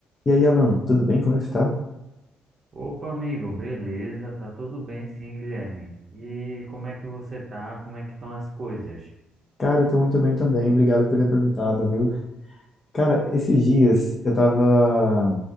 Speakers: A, on the left; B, on the right.
A: E aí, Alan, tudo bem? Como é que você tá?
B: Opa, amigo, beleza? Tá tudo bem, sim, Guilherme. E como é que você tá? Como é que estão as coisas?
A: Cara, eu tô muito bem também. Obrigado por ter perguntado, viu? Cara, esses dias eu tava,